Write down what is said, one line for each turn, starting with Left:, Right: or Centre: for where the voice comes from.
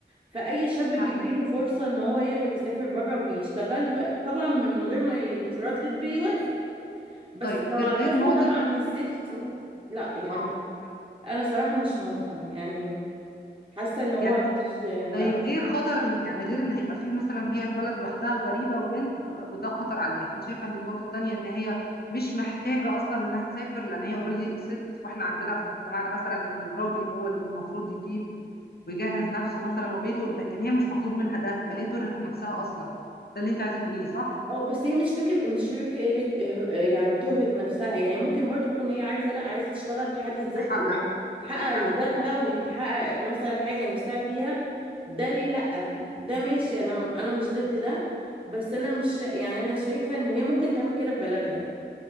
Right: فاي شاب بيجيله
Left: فاهمك
Right: فرصة ان هو يقدر يسافر بره ويشتغل ب- طبعا من غير ما يتردد بيوافق بس
Left: طيب غ-
Right: لو عكسنا
Left: غير نقطة
Right: ده بقى عن الست
Left: اه
Right: لا يعني
Left: اه فاهماكي.
Right: انا صراحة مش موافقة يعني حاسة ان هو
Left: يعني
Right: مش
Left: طيب
Right: لا
Left: غير خطر إن- يعني غير ان هيبقى في مثلا هي في بلد لوحدها وغريبة وبنت وده خطر عليها انت شايفة ان النقطة التانية ان هي مش محتاجة اصلا انها تسافر لان هي اوريدي ست واحنا عندنا في مجتمعنا مثلا ان الراجل هو اللي المفروض يجيب ويجهز نفسه مثلا وبيته لكن هي مش مطلوب منها ده فليه ترهق نفسها اصلا ده اللي انت عايزة تقوليه صح
Right: اه بس هي مش فكرة مش فكرة اه، يعني تهلك نفسها يعني ممكن برضو تكون هي عايزة لا عايزة تشتغل تحدد ذات
Left: تحقق
Right: يعني تحقق
Left: حلمها
Right: ذاتها
Left: صح
Right: وتحقق مثلا حاجة نفسها فيها ده ليه لا
Left: صح
Right: ده ماشي انا انا مش ضد ده بس انا مش يعني انا شايفة ان هي ممكن تعمل كده في بلدها يعني